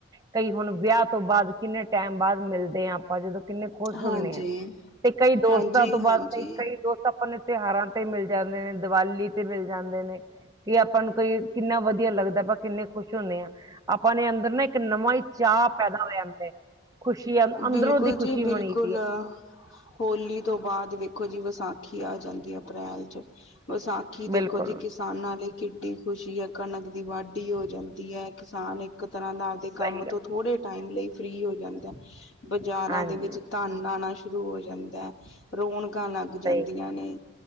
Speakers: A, on the right; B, on the left.
A: ਕਈ ਹੁਣ ਵਿਆਹ ਤੋਂ ਬਾਦ ਕਿੰਨੇ ਟੈਮ ਬਾਅਦ ਮਿਲਦੇ ਆ ਆਪਾਂ ਜਦੋਂ ਕਿੰਨੇ ਖੁਸ਼ ਹੁੰਨੇ
B: ਹਾਂਜੀ
A: ਆਂ ਤੇ ਕਈ ਦੋਸਤਾਂ
B: ਹਾਂਜੀ
A: ਤੋਂ ਬਾਅਦ
B: ਹਾਂਜੀ
A: ਕਈ ਕਈ ਦੋਸਤ ਆਪਣੇ ਤਿਹਾਰਾਂ ਤੇ ਮਿਲ ਜਾਂਦੇ ਨੇ ਦੀਵਾਲੀ ਤੇ ਮਿਲ ਜਾਂਦੇ ਨੇ। ਕਿ ਆਪਾਂ ਨੂੰ ਕਈ ਕਿੰਨਾ ਵਧੀਆ ਲੱਗਦਾ ਆਪਾਂ ਕਿੰਨੇ ਖੁਸ਼ ਹੁੰਨੇ ਆ ਆਪਾਂ ਨੇ ਅੰਦਰ ਇੱਕ ਨਵਾਂ ਈ ਚਾਅ ਪੈਦਾ ਹੋ ਜਾਂਦਾ। ਖੁਸ਼ੀ ਅੰ- ਅੰਦਰੋਂ
B: ਬਿਲਕੁੱਲ
A: ਦੀ
B: ਜੀ
A: ਖੁਸ਼ੀ
B: ਬਿਲਕੁੱਲ,
A: ਮਣੀ ਦੀ ਹੈ
B: ਹੋਲੀ ਤੋਂ ਬਾਅਦ ਦੇਖੋ ਜੀ ਵਿਸਾਖੀ ਆ ਜਾਂਦੀ ਐ ਅਪ੍ਰੈਲ ਚ ਵਿਸਾਖੀ
A: ਬਿਲਕੁਲ
B: ਦੇਖੋ ਜੀ ਕਿਸ ਕਿਸਾਨਾਂ ਲਈ ਕਿੱਡੀ ਖੁਸ਼ੀ ਐ ਕਣਕ ਦੀ ਵਾਢੀ ਹੋ ਜਾਂਦੀ ਐ ਕਿਸਾਨ ਇੱਕ ਤਰ੍ਹਾਂ ਦਾ ਆਪਦੇ
A: ਸਹੀ
B: ਕੰਮ
A: ਗੱਲ
B: ਤੋਂ ਥੋੜੇ ਟੈਮ ਲਈ ਫ੍ਰੀ ਹੋ ਜਾਂਦਾ ਬਜ਼ਾਰਾਂ
A: ਹਾਂਜੀ
B: ਦੇ ਵਿੱਚ ਧਨ ਆਣਾ ਸ਼ੁਰੂ ਹੋ ਜਾਂਦਾ ਰੌਣਕਾਂ ਲੱਗ
A: ਸਹੀ
B: ਜਾਂਦੀਆਂ ਨੇ।